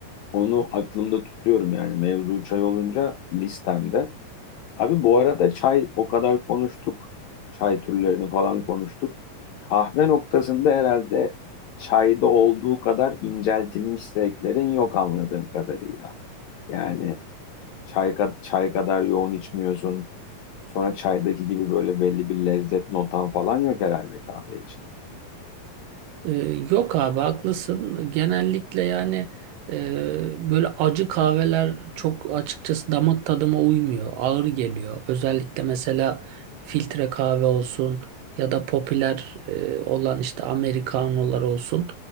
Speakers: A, on the left; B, on the right.
A: Onu aklımda tutuyorum yani mevzu çay olunca listemde. Abi bu arada çay o kadar konuştuk. Çay türlerini falan konuştuk. Kahve noktasında herhalde çayda olduğu kadar inceltilmiş zevklerin yok anladığım kadarıyla. Yani çay, ka- çay kadar yoğun içmiyorsun. Sonra çaydaki gibi böyle belli bir lezzet notan falan yok herhalde kahve için.
B: Ee, yok abi haklısın. Genellikle yani e, böyle acı kahveler çok açıkçası damak tadıma uymuyor. Ağır geliyor. Özellikle mesela filtre kahve olsun ya da popüler e, olan işte Amerikanolar olsun.